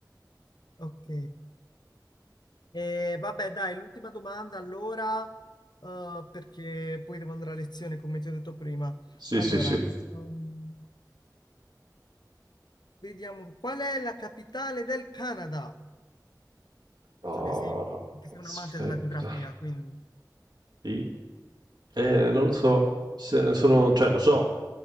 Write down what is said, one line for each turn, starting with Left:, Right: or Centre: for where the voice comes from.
Left: ok, E vabbè, dai, l'ultima domanda allora, eh, perché poi devo andare a lezione, come ti ho detto prima.
Right: Sì,
Left: Allora,
Right: sì, sì.
Left: ehm, vediamo, qual è la capitale del Canada?
Right: Oh,
Left: So che sei, che sei
Right: aspetta.
Left: un amante della geografia, quindi
Right: I- Eh, non lo so, Se- sono, cioè lo so,